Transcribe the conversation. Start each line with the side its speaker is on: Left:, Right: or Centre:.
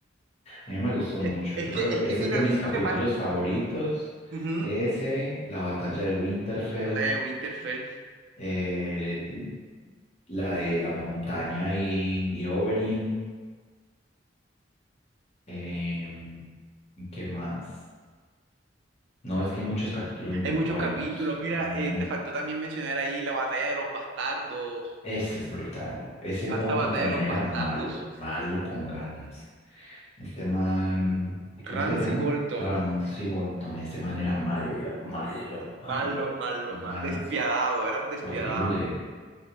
Left: A mí me gustó
Right: es,
Left: mucho.
Right: es
Left: Yo
Right: que,
Left: creo
Right: es
Left: que
Right: que
Left: ese
Right: mira,
Left: es de mis
Right: es
Left: capítulos
Right: lo que pasa.
Left: favoritos.
Right: Ujú.
Left: Ese, la batalla de Winterfell,
Right: Batalla de Winterfell.
Left: eh, la de la montaña y, y Oberyn. eh, ¿qué más? No, es que hay muchos capítulos muy
Right: Hay muchos
Left: buenos.
Right: capítulos. Mira,
Left: muy-
Right: eh, te faltó también mencionar ahí la batalla de los bastardos.
Left: Ese es brutal. Ese
Right: Esta
Left: otro
Right: batalla
Left: también
Right: de los
Left: era
Right: bastardos.
Left: malo,
Right: uf.
Left: malo con ganas. Este man, ¿cómo
Right: Ramsay
Left: es que se llama?
Right: Bolton.
Left: Ramsay Bolton. Ese man era malo, malo, malo
Right: Malo,
Left: con
Right: malo,
Left: ganas.
Right: malo. Despiadado, era un despiadado.
Left: horrible.